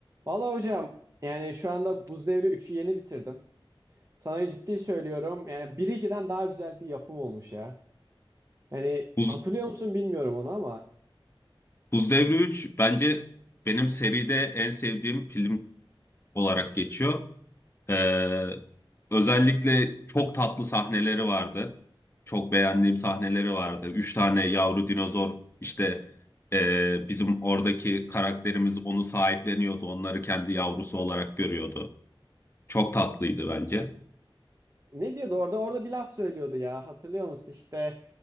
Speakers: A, on the right; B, on the left.
A: Valla hocam yani şu anda Buz Devri üçü yeni bitirdim. Sana ciddi söylüyorum yani 1-2'den daha güzel bir yapım olmuş ya. Yani
B: Buz,
A: hatırlıyor musun bilmiyorum onu ama
B: Buz Devri 3 bence benim seride en sevdiğim film olarak geçiyor. Ee, özellikle çok tatlı sahneleri vardı. Çok beğendiğim sahneleri vardı. Üç tane yavru dinozor işte ee, bizim oradaki karakterimiz onu sahipleniyordu. Onları kendi yavrusu olarak görüyordu. Çok tatlıydı bence.
A: ne diyordu orada orada bir laf söylüyordu ya hatırlıyor musun işte